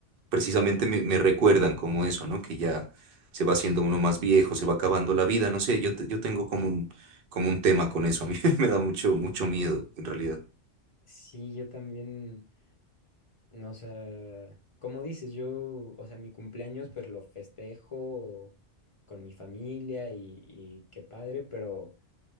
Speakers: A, on the right; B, on the left.
A: precisamente me, me recuerdan como eso, ¿no? Que ya se va haciendo uno más viejo, se va acabando la vida, no sé, yo, te- yo tengo como un, como un tema con eso. <laughs> A mí me da mucho, mucho miedo, en realidad.
B: Sí, yo también, no, o sea, como dices, yo, o sea, mi cumpleaños pues lo festejo con mi familia y, y qué padre, pero,